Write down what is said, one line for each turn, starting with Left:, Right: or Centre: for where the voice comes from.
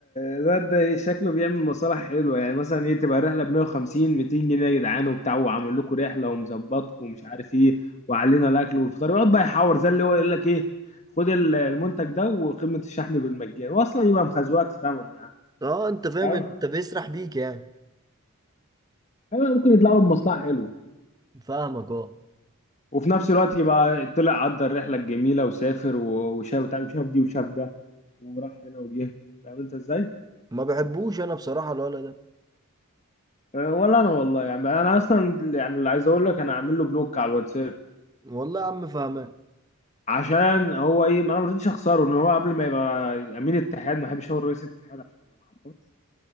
Left: الواد ده ايه شكله بيعمل مصالح حلوه يعني مثلا ايه تبقى الرحله ب 150 200 جنيه يا جدعان وبتاع وعامل لكم رحله ومظبطكم ومش عارف ايه وعلينا الاكل والفطار يقعد بقى يحور زي اللي هو يقول لك ايه خد ال- المنتج ده وقيمه الشحن بالمجان واصلا يبقى مخزوقك في ثمنه يعني
Right: اه انت فاهم
Left: فاهم
Right: انت بيسرح بيك يعني
Left: أيوة، ممكن يطلع له بمصلحه حلوه
Right: فاهمك اه
Left: وفي نفس الوقت يبقى طلع عدى الرحله الجميله وسافر و- وشاف وشاف دي وشاف ده وراح هنا وجه فاهم انت ازاي؟
Right: ما بحبوش انا بصراحة الولد ده
Left: أه، ولا انا والله يعني انا اصلا يعني اللي عايز اقول لك انا عامل له بلوك على الواتساب
Right: والله يا عم فاهمان
Left: عشان هو ايه ما انا ما رضيتش اخسره ان هو قبل ما يبقى امين اتحاد ما بحبش اقول رئيس اتحاد عشان ما نعمرش